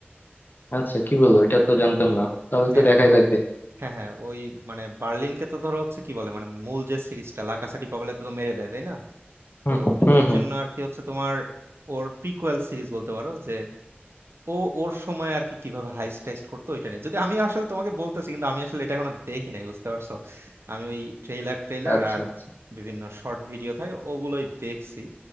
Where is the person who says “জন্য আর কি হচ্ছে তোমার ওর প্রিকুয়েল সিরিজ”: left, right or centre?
Right